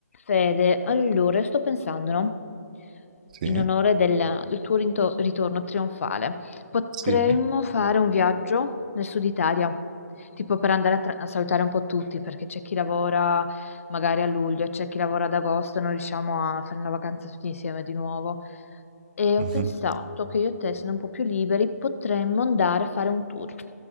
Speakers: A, on the left (about 55°); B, on the right (about 30°).
A: Fede, allora, sto pensando, no?
B: Sì,
A: In onore del, del tuo rinto- ritorno trionfale, potremmo
B: sì.
A: fare un viaggio nel sud Italia, tipo per andare a, tra- a salutare un po' tutti, perché c'è chi lavora magari a luglio, c'è chi lavora ad agosto, non riusciamo a fare una vacanza tutti insieme di nuovo. E ho
B: Mhm.
A: pensato che io e te, sono un po' più liberi, potremmo andare a fare un tour.